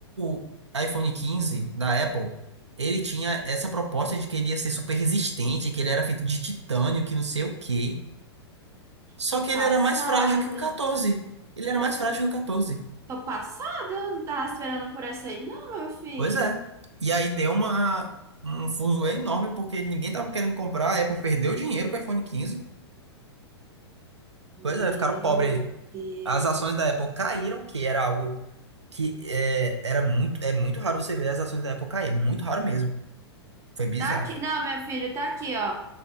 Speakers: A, on the right; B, on the right.
A: o iPhone 15 da Apple, ele tinha essa proposta de que ele ia ser super resistente, que ele era feito de titânio, que não sei o quê. Só
B: Tô
A: que
B: passada.
A: ele era mais frágil que o 14. Ele era mais frágil que o 14.
B: Tô passada? Eu Não tava esperando por essa aí, não, meu filho.
A: Pois é. E aí deu uma, um fuzuê enorme, porque ninguém tava querendo comprar, a Apple perdeu dinheiro com o iPhone 15.
B: Meu
A: Pois é, ficaram pobres aí.
B: Deus.
A: As ações da Apple caíram, que era algo que é, era muito, é muito raro você ver as ações da Apple cair, é muito raro mesmo. Foi bizarro.
B: Tá aqui, não, meu filho, tá aqui, ó.